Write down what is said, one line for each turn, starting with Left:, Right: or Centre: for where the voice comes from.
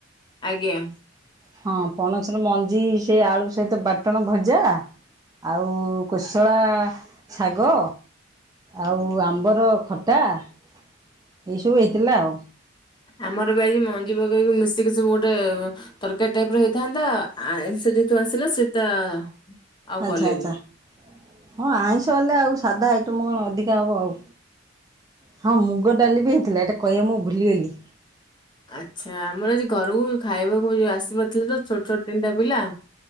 Left: ଆଜ୍ଞା।
Right: ହଁ ପଣସର ମଞ୍ଜି ସେଇ ଆଳୁ ସହିତ ବାଟଣ ଭଜା। ଆଉ କୋଶଳା ଶାଗ। ଆଉ ଆମ୍ବର ଖଟା ଏଇ ସବୁ ହେଇଥିଲା ଆଉ।
Left: ଆମର ବି ଆଜି ମଞ୍ଜି ପକେଇକି ମିଶିକି ସବୁ ଗୋଟେ ତରକାରୀ ଟାଇପ୍ ର ହେଇଥାନ୍ତା ଆଇଁଷ ଯେହେତୁ ଆସିଲା ସେଟା ଆଉ
Right: ଆଚ୍ଛା
Left: କଲେନି।
Right: ଆଚ୍ଛା ହଁ ଆଇଁଷ ହେଲେ ଆଉ ସାଧା ଆଇଟମ୍ କଣ ଅଧିକା ହବ ଆଉ। ହଁ ମୁଗ ଡାଲି ବି ହେଇଥିଲା ଏଟା କହିବା ମୁଁ ଭୁଲିଗଲି।
Left: ଆଚ୍ଛା ଆମର ଆଜି ଘରୁକୁ ଖାଇବାକୁ ଯୋଉ ଆସିବାର ଥିଲା ତ ଛୋଟ ଛୋଟ ତିନିଟା ପିଲା।